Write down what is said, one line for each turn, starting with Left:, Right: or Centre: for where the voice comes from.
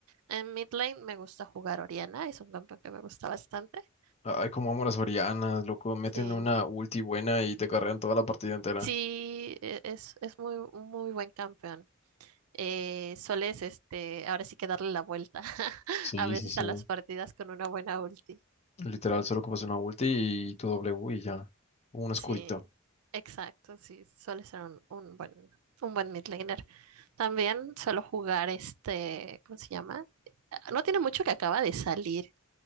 Right: En mid lane me gusta jugar Oriana, es un campeón que me gusta bastante.
Left: Ay, como amo las Orianas, loco. Meten
Right: Sí,
Left: una ulti buena y te carrean toda la partida entera.
Right: sí, e- es, es muy, un muy buen campeón. eh, sueles, este, ahora sí que darle la vuelta <laughs>
Left: Sí,
Right: a veces
Left: sí, sí.
Right: a las partidas con una buena ulti.
Left: Literal, solo ocupas una ulti y tu W y ya. Un escudito.
Right: Sí, exacto, sí, suele ser un, un buen, un buen mid laner. También suelo jugar este, ¿cómo se llama? Ah, No tiene mucho que acaba de salir.